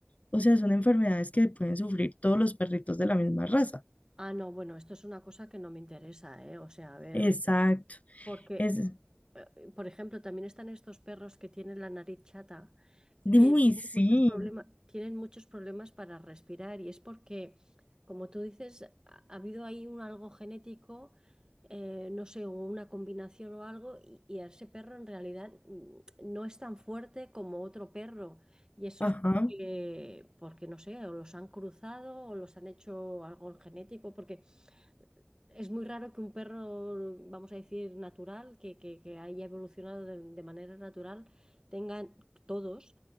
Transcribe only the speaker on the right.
Ah, no, bueno, esto es una cosa que no me interesa, ¿eh? O sea, a ver,
eh, porque,
eh, por ejemplo, también están estos perros que tienen la nariz chata que
tienen
muchos problemas, tienen muchos problemas para respirar y es porque, como tú dices, ha, ha habido ahí un algo genético, eh, no sé, una combinación o algo, y, y a ese perro en realidad mm, no es tan fuerte como otro perro. Y eso
es porque, porque, no sé, o los han cruzado o los han hecho algo genético, porque es muy raro que un perro, vamos a decir, natural, que, que- que haya evolucionado de, de manera natural, tengan todos,